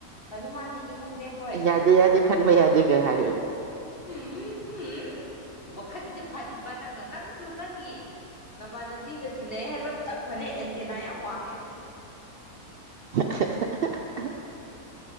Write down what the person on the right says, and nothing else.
ꯌꯥꯗꯦ ꯌꯥꯗꯦ ꯈꯟꯕ ꯌꯥꯗꯦꯒ ꯍꯥꯏ <unintelligible>
<unintelligible>